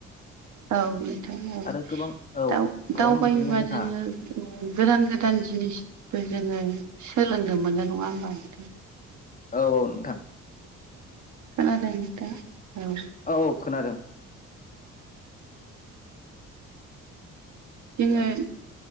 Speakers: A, on the right; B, on the left.
A: औ नोंथां औ
B: आरो गोबां औ
A: दाव-दावबायोबा
B: गोबां बिदिनो जोंहा
A: जोङो उम गोदान गोदान
B: औ
A: जिनिसबो जोङो सोलोंनो मोनो नङा होमबा नोंथां।
B: औ औ नोंथां।
A: खोनादों नोंथाङा औ।
B: औ औ खोनादों।
A: जोङो
B: आंबो